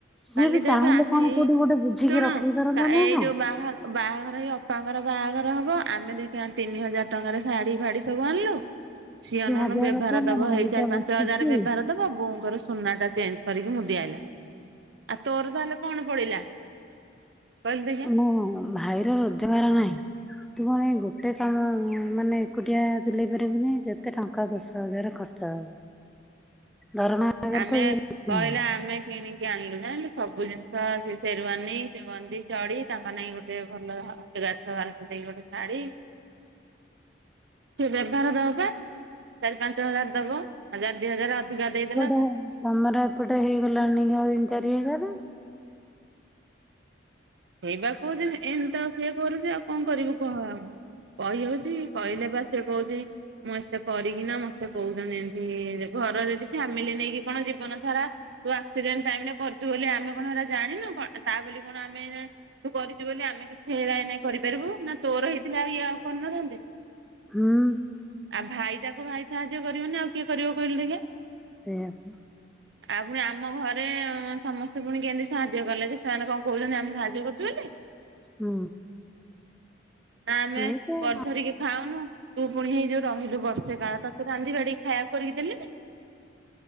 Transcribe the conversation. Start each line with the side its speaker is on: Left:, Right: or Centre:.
Centre: ସିଏ
Right: କାଲି
Centre: ବି
Right: ଦେଖ
Centre: ଚାହିଁଲେ
Right: ଆମେ
Centre: କଣ
Right: ଏଇ
Centre: କୋଉଠି ଗୋଟେ ବୁଝିକି
Right: ଶୁଣୁ
Centre: ରଖେଇ ପାରନ୍ତା
Right: କା-ଏଇ
Centre: ନା ନା।
Right: ଯୋଉ ବାହା ବାହାଘର ହେଇ ଅପାଙ୍କର ବାହାଘର ହବ ଆମେ ଦେଖେ ଆଣ ତିନି ହଜାର ଟଙ୍କାର ଶାଢୀ ଫାଢୀ ସବୁ ଆଣିଲୁ। ସିଏ
Centre: ସେ
Right: ଅନଉନୁ
Centre: ଭାବିବା
Right: ବେଭାର
Centre: କଥା ମୋ
Right: ଦବ
Centre: ଭାଇ
Right: ଏଇ ଚାରି
Centre: ଟା
Right: ପାଞ୍ଚ
Centre: ବସିଛି
Right: ହଜାର ବେଭାର ଦବ ବୋଉଙ୍କର ସୁନା ଟା ଚେଞ୍ଜ କରିକି ମୁଦି ଆଇଲା ଆଉ ତୋର ତାହେଲେ କଣ ପଡିଲା। କହିଲୁ ଦେ
Centre: ହଁ ଭାଇର ରୋଜଗାର ନାହିଁ। ତୁ କଣ ଏ ଗୋଟେ କାମ ମାନେ ଏକୁଟିଆ ତୁଲେଇ ପାରିବୁ ନାଇଁ କେତେ ଟଙ୍କା ଦଶ ହଜାର ଖର୍ଚ୍ଚ ହବ।
Right: <inaudible>
Centre: ଦରମା ଆଗରେ
Right: ଆମେ
Centre: ତ ଇଏ କିଛି
Right: କହିଲା
Centre: ନାହିଁ।
Right: ଆମେ କିଣି କି ଆଣିଲୁ ଜାଣିଲୁ ସବୁ ଜିନିଷ ସେ ସେରୱାନୀ ସେ ଗଞ୍ଜି ଚଢି ତାଙ୍କ ନାଇକି ଗୋଟେ ଭଲ <unintelligible> ତ ବାରଶ ଦେଇକି ଗୋଟେ ଶାଢୀ। ସିଏ ବେଭାର ଦବ ପା ଚାରି ପାଞ୍ଚ ହଜାର ଦବ। ହଜାର ଦି ହଜାର ଅଧିକା ଦେଇଦେଲା
Centre: ଓ ହଁ
Right: ତା
Centre: ତୋମର ଏପଟେ ହେଇଗଲାଣି ତିନ ଚାରି ହଜାର?
Right: ସେଇବା କହୁଚି ଏନ ତ ସିଏ କରୁଚି ଆଉ କଣ କରିବୁ କହ ଆଉ। କହି ହଉଚି କହିଲେ ପା ସିଏ କହୁଚି ମୁଁ ଏତେ କରିକିନା ମୋତେ କହୁଛନ୍ତି ଏମିତି। ରେ ଘର ଯଦି ଫ୍ୟାମିଲି ନେଇକି କଣ ଜୀବନ ସାରା ତୁ ଆକ୍ସିଡେଣ୍ଟ ଟାଇମ୍ ରେ କରିଚୁ ବୋଲି ଆମେ କଣ ହେଟା ଜାଣିନୁ କଣ ଆ, ତା ବୋଲି କଣ ଆମେ ଯା ତୁ କରିଚୁ ବୋଲି ଆମେ କିଛି ହେଇରା ଏଇନେ କରିପାରିବୁ। ନା ତୋର ହେଇଥିଲା ଆଉ ଇଏ ଆଉ କରିନଥାନ୍ତେ।
Centre: ହୁଁ।
Right: ଆଉ ଭାଇ ଟାକୁ ଭାଇ ସାହାଯ୍ୟ କରିବନି ଆଉ କିଏ କରିବ କହିଲୁ ଦେଖିଆ।
Centre: ସେଇୟା ପା।
Right: ଆଉ ପୁଣି ଆମ ଘରେ ସମସ୍ତେ ପୁଣି କେମତି ସାହାଯ୍ୟ କଲେ। ଯେ ସେମାନେ କଣ କହୁଚନ୍ତି ଆମେ ସାହା ଯ୍ୟ କରୁଚୁ ବୋଲି।
Centre: ହୁଁ।
Right: ନା ଆମେ
Centre: ସିଏ ତ
Right: କରି ଧରିକି ଖାଉନୁ। ତୁ ପୁଣି ହେଇ ଯୋଉ ରହିଲୁ ବର୍ଷେ କାଳ ତୋତେ ରାନ୍ଧି ବାଢ଼ିକି ଖାଇଆକୁ କରିକି ଦେଲିନି।